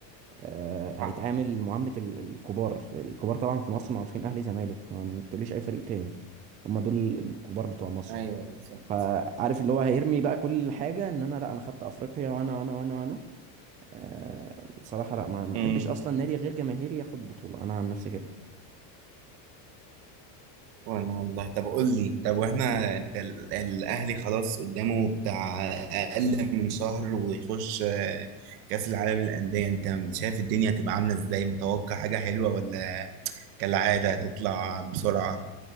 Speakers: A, on the right (about 15°); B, on the right (about 70°).
A: آه،
B: صح
A: هيتعامل معاملة ال- الكبار الكبار طبعا في مصر معروفين أهلي زمالك ما ما تقوليش أي فريق تاني هما دول الكبار بتوع مصر
B: ايوه بالظبط
A: فعارف اللي هو هيرمي بقى كل حاجة إن أنا لأ أنا خدت أفريقيا وأنا وأنا وأنا وأنا آه، بصراحة لأ ما ما
B: امم
A: أحبش أصلا نادي غير جماهيري ياخد بطولة أنا عن نفسي كده
B: وانا والله طب قول لي طب واحنا انت ال- الاهلي خلاص قدامه بتاع اقل من شهر ويخش آه، كاس العالم للانديه انت شايف الدنيا هتبقى عامله ازاي متوقع حاجه حلوه ولا كالعاده هتطلع بسرعه